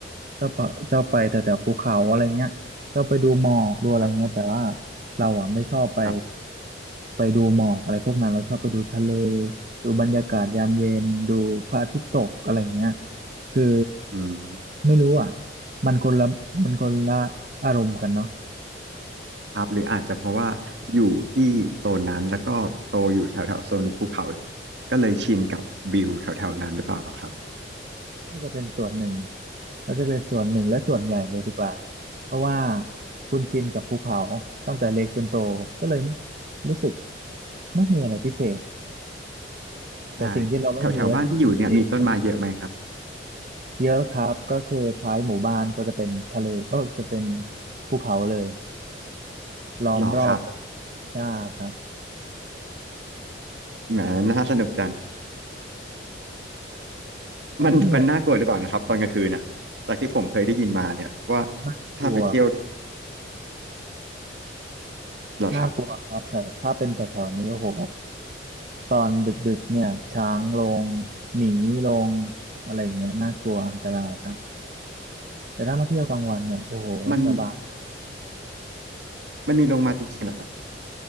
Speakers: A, on the right; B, on the right.
A: ชอบไปชอบไปแต่แต่ภูเขาอะไรเงี้ยชอบไปดูหมอกดูอะไรเงี้ยแต่ว่า
B: ครับ
A: เราอ่ะไม่ชอบไป
B: ครับ
A: ไปดูหมอกอะไรพวกนั้นเราชอบไปดูทะเลดูบรรยากาศยามเย็นดูพระอาทิตย์ตกอะไรเงี้ย คือ
B: อืม
A: ไม่รู้อ่ะมันคนละมันคนละอารมณ์กันเนาะ
B: ครับหรืออาจจะเพราะว่าอยู่ที่โซนนั้นแล้วก็โตอยู่แถวแถวโซนภูเขาก็เลยชินกับวิวแถวแถวนั้นหรือเปล่าครับ
A: น่าจะเป็นส่วนหนึ่งน่าจะเป็นส่วนหนึ่งและส่วนใหญ่เลยดีกว่าเพราะว่าคุณชินกับภูเขาตั้งแต่เล็กจนโตก็เลยรู้สึกไม่มีอะไรพิเศษแต่สิ่งที่เราไม่มีก็
B: ใช่แถวแถวบ้านที่อยู่เนี่ยมีต้นไม้เยอะไหมครับ
A: คือทะเลเยอะครับก็คือท้ายหมู่บ้านก็จะเป็นทะเลก็จะเป็นภูเขาเลยล้อมรอบเลย
B: หรอครับ
A: ใช่ครับ
B: แหมน่าสนุกจัง
A: แต่ไม่มีอะไร
B: มันมันน่ากลัวหรือเปล่านะครับตอนกลางคืนอ่ะจากที่ผมเคยได้ยินมาเนี่ยว่า
A: น่ากลัวครับ
B: ถ้าไปเที่ยวหรอครับ
A: น่ากลัวครับแต่ถ้าเป็นแถวๆนี้โอ้โห ตอนดึกๆเนี่ยช้างลงหมีลงอะไรอย่างเงี้ยน่ากลัวอันตรายครับแต่ถ้ามาเที่ยวกลางวันเนี่ยโอ้โหสบาย
B: มันมันมีลงมาจริงๆเหรอครับ